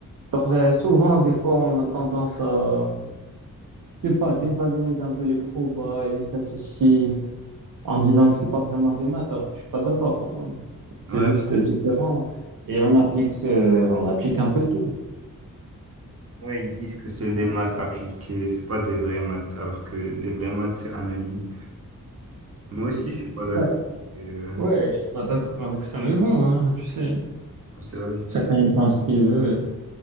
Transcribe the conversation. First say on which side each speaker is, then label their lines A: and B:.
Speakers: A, on the right; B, on the right.
A: Genre, euh, souvent, des fois, on a tendance à, je sais pas, dévaloriser un peu les probas et les statistiques en disant que c'est pas vraiment des maths, alors que je suis pas d'accord. C'est
B: Ouais,
A: juste différent. Et on applique, euh, on applique un peu tout.
B: ouais, ils disent que c'est les maths appliquées, c'est pas des vraies maths, alors que les vraies maths, c'est analyse. Moi aussi, je suis pas d'accord.
A: Ouais.
B: Et, euh,
A: Ouais, je suis pas d'accord avec ça, mais bon, hein, tu sais,
B: C'est la vie.
A: chacun il pense ce qu'il veut.